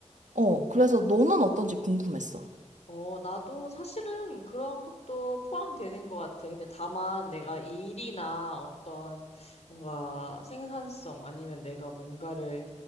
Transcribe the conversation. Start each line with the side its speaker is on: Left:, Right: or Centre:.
Right: 어, 그래서 너는 어떤지 궁금했어.
Left: 어, 나도 사실은 그런 것도 포함되는 것 같아. 근데 다만 내가 일이나 어떤 뭔가 생산성 아니면 내가 뭔가를